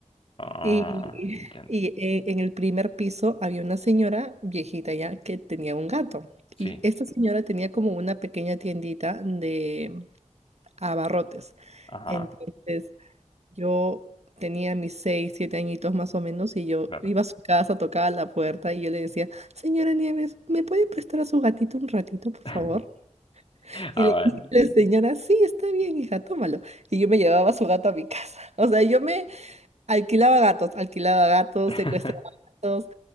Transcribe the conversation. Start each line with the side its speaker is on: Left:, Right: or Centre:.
Left: Ah,
Right: Y,
Left: entiendo.
Right: y e- en el primer piso había una señora viejita ya que tenía un gato.
Left: Sí.
Right: Y esta señora tenía como una pequeña tiendita de abarrotes.
Left: Ajá.
Right: Entonces yo tenía mis seis, siete añitos más o menos y yo
Left: Claro.
Right: iba a su casa, tocaba la puerta y yo le decía, señora Nieves, ¿me puede prestar a su gatito un ratito, por favor?
Left: <laughs> Ah,
Right: Y le
Left: vaya.
Right: y la señora, sí, está bien, hija, tómalo. Y yo me llevaba a su gato a mi casa. <laughs> O sea, yo me... Alquilaba gatos, alquilaba gatos,
Left: <laughs>
Right: secuestraba gatos.